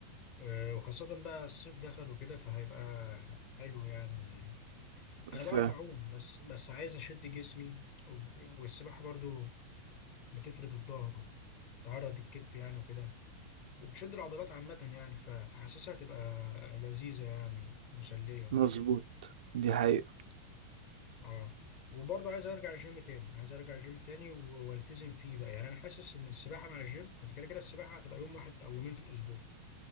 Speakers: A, on the left (about 45°); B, on the right (about 70°).
A: آه، وخاصة بقى الصيف دخل وكده فهيبقى حلو يعني انا
B: امم
A: بعرف اعوم بس بس عايز اشد جسمي وب- والسباحة برضو بتفرد الظهر وتعرض الكتف يعني وكده وبتشد العضلات عامة يعني ف- فحاسسها هتبقى لذيذة يعني ومسلية برضه
B: مظبوط دي حقيقة
A: اه وبرضه عايز ارجع الجيم تاني عايز ارجع الجيم تاني و- والتزم فيه بقى يعني انا حاسس ان السباحة مع الجيم يعني كده كده السباحة هتبقى يوم واحد او يومين في الاسبوع